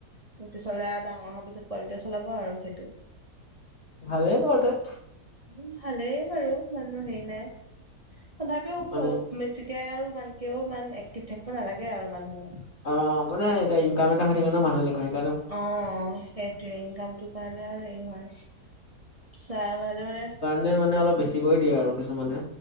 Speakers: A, on the right (about 25°); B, on the left (about 45°).
A: স্কুটি চলাই আৰু ডাঙৰ হোৱাৰ পিছত পোৱালিটোৱে চলাব আৰু সেইটো।
B: ভালেই বাৰুতে।
A: উম, ভালেই বাৰু ইমানো হেৰি নাই তথাপিও সৌ
B: মানে
A: মিছিক এতিয়া আৰু মান কেও ইমান এক্টিভ থাকিব নালাগে আৰু মানুহ।
B: অ, মানে এতিয়া ইনকাম এটা হৈ থাকে ন' মানুহবিলাকৰ সেই
A: অ, সেইটোৱে ইনকামটো কাৰণে আৰু হেৰি হয় চা মাজে- মাজে
B: নে মানে অলপ বেছি কৈ দিয়ে আৰু কিছুমানে।